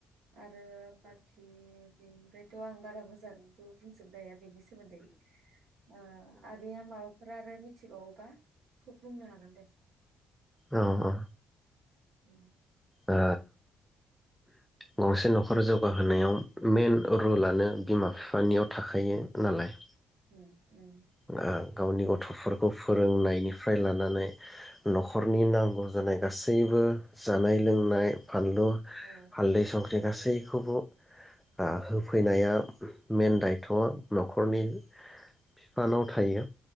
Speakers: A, on the right; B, in the centre.
A: आरो बाखि बेनिफ्रायथ' आं बारा मोजांबो बुंजोबनो हाया बेनि सोमोन आगैया माबाफोर आरो मि थिबावोबा फुब बुंनो हागोन दे।
B: अ अ
A: उम
B: आ गंसे न'खर जौगाहोनायाव मेइन रुलानो बिमा फिफानियाव थाखायो नालाय
A: उम उम
B: ओ गावनि गथ'फोरखौ फोरोंनायनिफ्राय लानानै न'खरनि नांगौ जानाय गासैबो जानाय लोंनाय फानलु
A: औ
B: हालदै सं ख्रि गासैखौबो ओ होफैनाया मेइन दायथ'आ न'खरनि फिफानाव थायो।